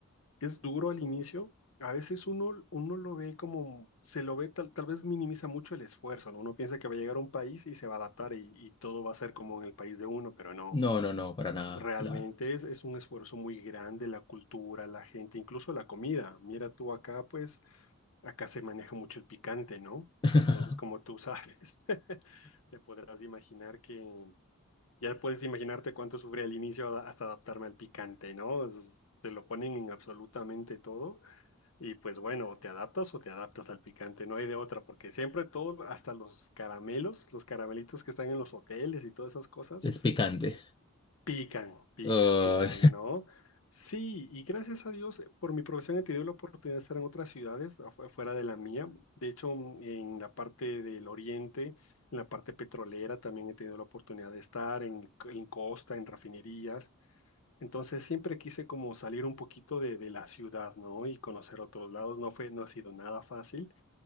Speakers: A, on the left; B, on the left.
A: Es duro al inicio. A veces uno, uno lo ve como, se lo ve tal, tal vez minimiza mucho el esfuerzo, ¿no? Uno piensa que va a llegar a un país y se va a adaptar y, y todo va a ser como en el país de uno, pero no.
B: No, no, no, para nada,
A: Realmente
B: claro.
A: es, es un esfuerzo muy grande, la cultura, la gente, incluso la comida. Mira tú acá, pues acá se maneja mucho el picante, ¿no?
B: <laughs>
A: Entonces, como tú sabes, <laughs> te podrás imaginar que ya puedes imaginarte cuánto sufrí al inicio a- hasta adaptarme al picante, ¿no? Es- te lo ponen en absolutamente todo y pues bueno, o te adaptas o te adaptas al picante, no hay de otra, porque siempre todo, hasta los caramelos, los caramelitos que están en los hoteles y todas esas cosas,
B: Es picante.
A: pican, pican,
B: Ay.
A: pican, ¿no? Sí, y gracias a Dios, por mi profesión he tenido la oportunidad de estar en otras ciudades afu- fuera de la mía. De hecho, mm, en la parte del oriente, en la parte petrolera, también he tenido la oportunidad de estar en, en costa, en refinerías. Entonces siempre quise como salir un poquito de, de la ciudad, ¿no? Y conocer otros lados. No fue, no ha sido nada fácil,